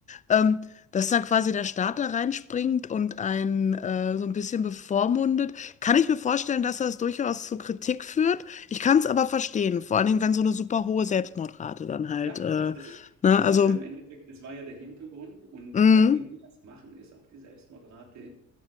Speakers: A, on the left (about 25°); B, on the right (about 65°).
A: Ähm, dass dann quasi der Staat da reinspringt und einen äh, so ein bisschen bevormundet, kann ich mir vorstellen, dass das durchaus zu Kritik führt. Ich kann es aber verstehen, vor allen Dingen, wenn so eine super hohe Selbstmordrate dann halt,
B: Ja,
A: äh,
B: also das ist,
A: ne,
B: das
A: also,
B: ist ja im Endeffekt, das war ja der Hintergrund und
A: mm,
B: seitdem wir das machen, ist auch die Selbstmordrate